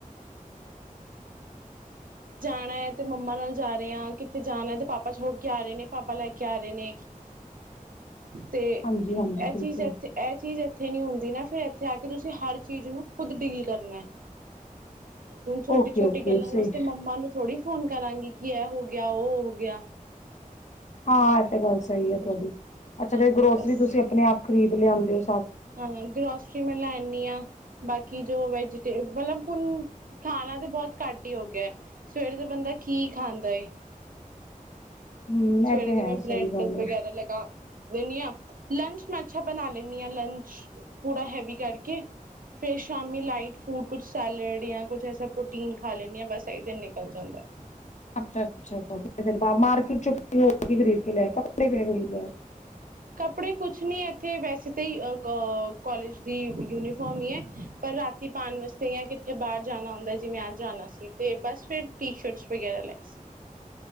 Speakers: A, on the right; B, on the left.
A: ਜਾਣਾ ਤੇ ਮੰਮਾ ਨਾਲ ਜਾ ਰਹੇ ਆ ਕਿੱਥੇ ਜਾਣਾ ਤੇ ਪਾਪਾ ਛੋੜ ਕੇ ਆ ਰਹੇ ਨੇ ਪਾਪਾ ਲੈ ਕੇ ਆ ਰਹੇ ਨੇ। ਤੇ
B: ਹਾਂਜੀ ਹਾਂਜੀ
A: ਇਹ
B: ਬਿਲਕੁਲ
A: ਚੀਜ਼ ਇੱਥੇ ਇਹ ਚੀਜ਼ ਇੱਥੇ ਇੱਥੇ ਨੀ ਹੁੰਦੀ ਨਾ ਫਿਰ ਇੱਥੇ ਆ ਕੇ ਤੁਸੀਂ ਹਰ ਚੀਜ਼ ਨੂੰ ਖੁਦ ਡੀਲ ਕਰਨੀ ਐ। ਹੁਣ ਛੋਟੀ-ਛੋਟੀ
B: ਓਕੇ ਓਕੇ
A: ਗੱਲਾਂ
B: ਸਹੀ
A: ਵਸ ਤੇ ਮੰਮਾ ਨੂੰ ਥੋੜ੍ਹੀ ਫੋਨ ਕਰਾਂਗੀ, ਕਿ ਇਹ ਹੋ ਗਿਆ ਉਹ ਹੋ ਗਿਆ।
B: ਹਾਂ ਇਹ ਤੇ ਗੱਲ ਸਹੀ ਹੈ ਤੁਹਾਡੀ ਅੱਛਾ,
A: ਹਾਂਜੀ
B: ਫੇਰ ਗਰੋਸਰੀ
A: ਬਸ
B: ਤੁਸੀਂ ਆਪਣੇ ਆਪ ਖਰੀਦ ਲਿਆਉਂਦੇ
A: ਹਾਂ ਗਰੋਸਰੀ ਮੈਂ ਲੈਨੀਂ ਆਂ ਬਾਕੀ ਜੋ ਵੈਜੀਟੇਬਲ <unintelligible> ਮਤਲਬ ਹੁਣ ਖਾਣਾ ਤਾਂ ਬਹੁਤ ਘੱਟ ਈ ਹੋ ਗਿਆ ਸਵੇਰੇ ਦਾ ਬੰਦਾ ਕੀ ਖਾਂਦਾ ਏ।
B: ਹਮ
A: ਸਵੇਰੇ
B: ਇਹ
A: ਤੇ
B: ਹੈ
A: ਮੈਂ
B: ਸਹੀ
A: ਬ੍ਰੈਡ
B: ਗੱਲ ਹੈ
A: ਵਗੈਰਾ ਲਗਾ ਦਿੰਨੀ ਆ ਲੰਚ ਮੈਂ ਅੱਛਾ ਬਣਾ ਲੀਨੀ ਆ ਲੰਚ ਪੂਰਾ ਹੈਵੀ ਕਰਕੇ ਫੇਰ ਸ਼ਾਮੀ ਲਾਈਟ ਫੂਡ ਕੁੱਛ ਸੈਲਡ ਜਾਂ ਕੁੱਛ ਐਸਾ ਪ੍ਰੋਟੀਨ ਖਾ ਲੈਨੀ ਆ ਬਸ ਏਹੀ ਦਿਨ ਨਿਕਲ ਜਾਂਦਾ।
B: ਅੱਛਾ ਅੱਛਾ ਅੱਛਾ ਫਿਰ ਮਾਰਕੀਟ ਚੋ ਕੀ ਹੋਰ ਕੀ ਖਰੀਦ ਕੇ ਲੈ ਕੱਪੜੇ ਖਰੀਦ ਲੈ <unintelligible>
A: ਕੱਪੜੇ ਕੁੱਛ ਨੀ ਏਥੇ ਵੈਸੇ ਤਾਂ ਕੋਲਜ ਦੀ ਯੂਨੀ ਫੋਰਮ ਈ ਐ ਪਰ ਰਾਤੀ ਪਾਉਣ ਵਾਸਤੇ ਜਾਂ ਕਿੱਥੇ ਬਾਹਰ ਜਾਣਾ ਹੁੰਦਾ ਜਿਵੇਂ ਅੱਜ ਜਾਣਾ ਸੀ ਤੇ ਬਸ ਫਿਰ ਟੀ ਸ਼ਰਟਸ ਵਗੈਰਾ ਲਾਈ ਸੀ।